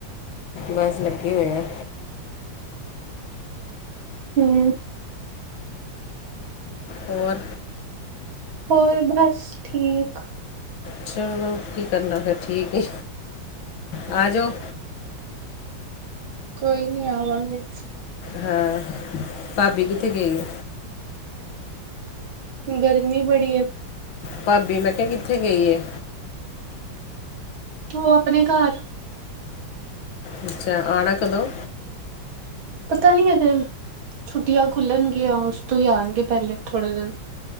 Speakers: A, on the left; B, on the right.
A: ਬਸ ਲੱਗੇ ਹੋਏ ਆ।
B: ਹੂੰ।
A: ਹੋਰ।
B: ਹੋਰ ਬਸ ਠੀਕ।
A: ਚਲੋ ਕੀ ਕਰਨਾ ਫਿਰ ਠੀਕ ਐ, ਆ ਜਾਓ।
B: ਕੋਈ ਨੀ ਆਵਾਂਗੇ।
A: ਹਾਂ, ਭਾਬੀ ਕਿੱਥੇ ਗਈ?
B: ਗਰਮੀ ਬੜੀ ਏ।
A: ਭਾਬੀ ਮੈਂ ਕਿਹਾ ਕਿੱਥੇ ਗਈ ਏ?
B: ਉਹ ਆਪਣੇ ਘਰ।
A: ਅੱਛਾ, ਆਣਾ ਕਦੋਂ?
B: ਪਤਾ ਨਈ ਹਜੇ, ਛੁੱਟੀਆਂ ਖੁੱਲਣਗੀਆਂ ਉਸ ਤੋਂ ਹੀ ਆਣਗੇ ਪਹਿਲੇ ਥੋੜ੍ਹੇ ਦਿਨ।